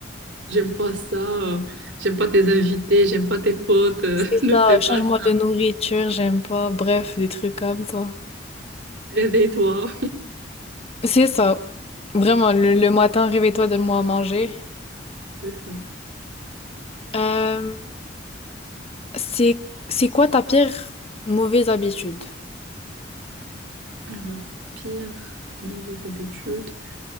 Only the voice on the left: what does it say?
C'est
ça,
change-moi
de nourriture, j'aime pas, bref, des trucs comme ça.
C'est ça, vraiment, le, le matin, réveille-toi, donne-moi à manger.
Euh, c'est, c'est quoi ta pire mauvaise habitude?